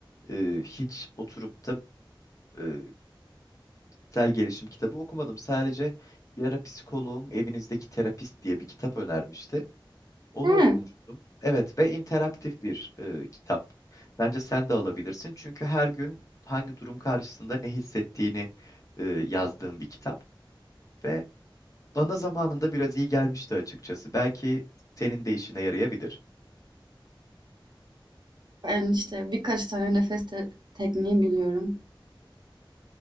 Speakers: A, on the left; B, on the right.
A: e, hiç oturup da e, kişisel gelişim kitabı okumadım. Sadece bir ara psikoloğum evinizdeki terapist diye bir kitap önermişti. Onu
B: Hı.
A: okumuştum. Evet ve interaktif bir e, kitap. Bence sen de alabilirsin. Çünkü her gün hangi durum karşısında ne hissettiğini e, yazdığım bir kitap. Ve bana zamanında biraz iyi gelmişti açıkçası. Belki senin de işine yarayabilir.
B: Ben işte birkaç tane nefes te- tekniği biliyorum.